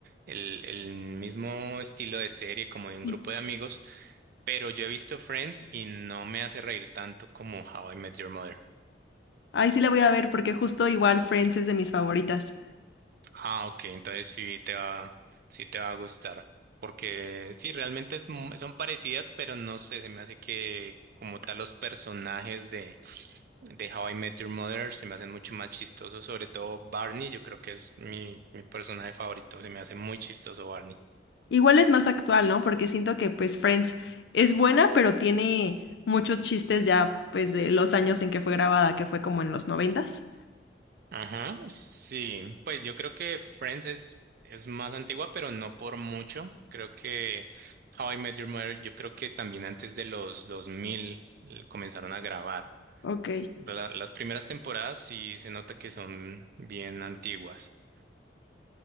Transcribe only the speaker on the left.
Sí.
Ay, sí la voy a ver porque justo igual Friends es de mis favoritas.
Igual es más actual, ¿no? Porque siento que pues Friends es buena, pero tiene muchos chistes ya pues de los años en que fue grabada, que fue como en los noventas.
Ok,